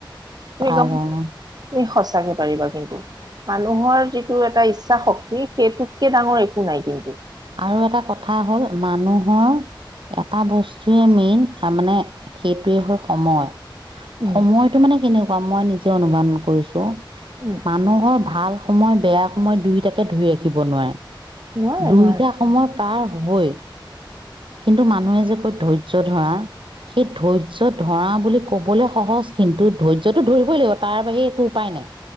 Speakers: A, on the right; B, on the right.
A: তুমি
B: পৰা
A: একদম
B: যায় অ
A: তুমি সঁচাকে পাৰিবা কিন্তু। মানুহৰ যিটো এটা ইচ্ছা শক্তি সেইটোতকে ডাঙৰ একো নাই কিন্তু।
B: আৰু এটা কথা হ'ল মানুহৰ এটা বস্তুয়ে মেইন তাৰ মানে সেইটোৱে হ'ল সময় -
A: উম
B: সময়টো মানে কেনেকুৱা মই নিজে অনুমান কৰিছো।
A: উম
B: মানুহৰ ভাল সময় বেয়া সময় দুয়োটাকে ধৰি ৰাখিব নোৱাৰে।
A: নোৱাৰে
B: দুইটা
A: - নোৱাৰে।
B: সময় পাৰ হবই কিন্তু মানুহে যে কৈ ধৈৰ্য ধৰা। সেই ধৈৰ্য ধৰা বুলি কবলৈ সহজ কিন্তু ধৈৰ্যটো ধৰিবই লাগিব তাৰ বাহিৰে একো উপায় নাই।